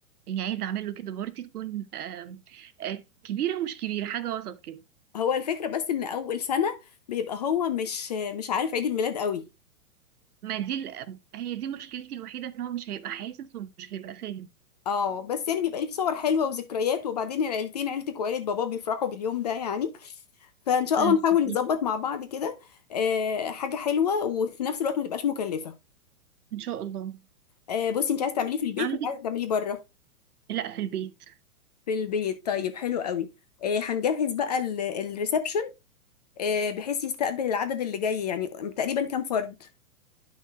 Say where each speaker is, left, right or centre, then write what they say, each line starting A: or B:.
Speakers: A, on the right; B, on the left.
A: يعني عايزة اعمل له كده بارتي تكون آم، آه، كبيرة ومش كبيرة حاجة وسط كده
B: هو الفكرة بس ان اول سنة بيبقى هو مش مش عارف عيد الميلاد قوي
A: ما دي ال- هي دي مشكلتي الوحيدة ان هو مش هيبقى حاسس ومش هيبقى فاهم
B: اه بس يعني بيبقى ليه صور حلوة وذكريات وبعدين العيلتين عيلتك وعيلة بابا بيفرحوا باليوم ده يعني فان شاء
A: امم
B: الله نحاول
A: صحيح
B: نظبط مع بعض كده آه، حاجة حلوة وفي نفس الوقت ما تبقاش مكلفة
A: ان شاء الله
B: آه، بصي انت عايزه تعمليه في البيت
A: عندي
B: ولا عايزه تعمليه بره
A: لا في البيت
B: في البيت طيب حلو قوي آه هنجهز بقى ال- الريسبشن آه بحيث يستقبل العدد اللي جاي يعني تقريبا كام فرد